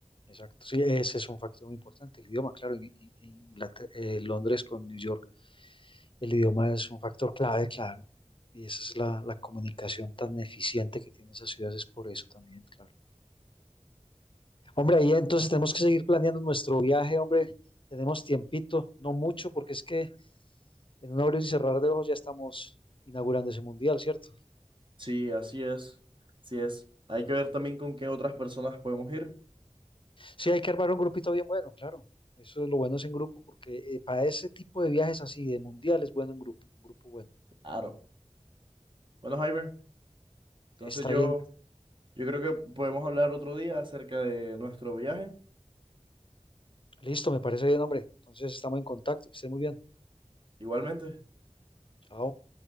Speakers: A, on the left; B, on the right.
A: exacto. Sí, ese es un factor muy importante, el idioma, claro, en, en- en Inglater- eh, Londres con New York, el idioma es un factor clave, claro, y esa es la, la comunicación tan eficiente que tienen esas ciudades, es por eso también, claro. Hombre, ahí entonces tenemos que seguir planeando nuestro viaje, hombre, tenemos tiempito, no mucho, porque es que en un abrir y cerrar de ojos ya estamos inaugurando ese mundial, ¿cierto?
B: Sí, así es. Así es. Hay que ver también con qué otras personas podemos ir.
A: Sí, hay que armar un grupito bien bueno, claro. Eso es lo bueno es en grupo, porque eh, para ese tipo de viajes así, de mundial, es bueno en grupo, un grupo bueno.
B: Claro. Bueno, Jaime, entonces
A: Está
B: yo,
A: bien,
B: yo creo que podemos hablar otro día acerca de nuestro viaje.
A: listo, me parece bien, hombre. Entonces estamos en contacto, que estén muy bien.
B: Igualmente.
A: Chao.